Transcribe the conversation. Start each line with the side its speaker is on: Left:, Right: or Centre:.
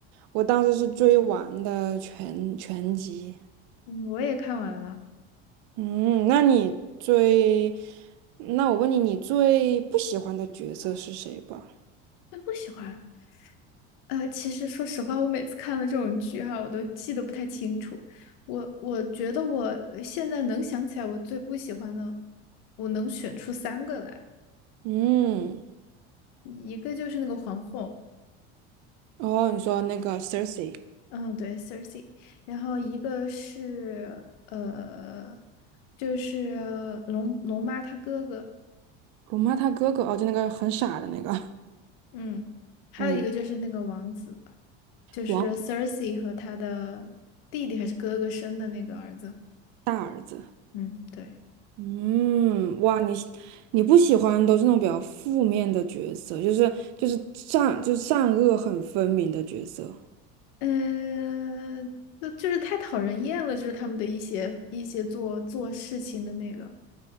Right: 我当时是追完的全全集。
Left: 嗯，我也看完了，
Right: 嗯，那你最，那我问你，你最不喜欢的角色是谁吧？
Left: 就不喜欢。呃，其实说实话，我每次看了这种剧哈，我都记得不太清楚。我我觉得我现在能想起来，我最不喜欢的，我能选出三个来。
Right: 嗯，
Left: 一个就是那个皇后，
Right: 哦，你说那个 Cersei，
Left: 嗯，对，Cersei，然后一个是呃，就是龙龙妈她哥哥，
Right: 辱骂他哥哥，哦，就那个很傻的那个，
Left: 嗯，还有一个就是那个王子，
Right: 嗯，
Left: 就是
Right: 王
Left: Cersei 和她的弟弟还是哥哥生的那个儿子，
Right: 大儿子。
Left: 嗯，对，
Right: 嗯，哇，你你不喜欢都是那种比较负面的角色，就是就是善就是善恶很分明的角色。
Left: 嗯、呃，就就是太讨人厌了，就是他们的一些一些做做事情的那个，